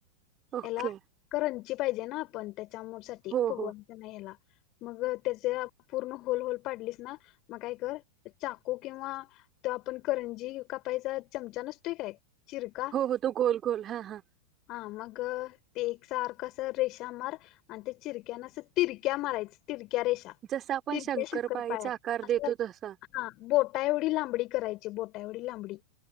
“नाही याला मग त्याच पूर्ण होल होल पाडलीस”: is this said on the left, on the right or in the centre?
Left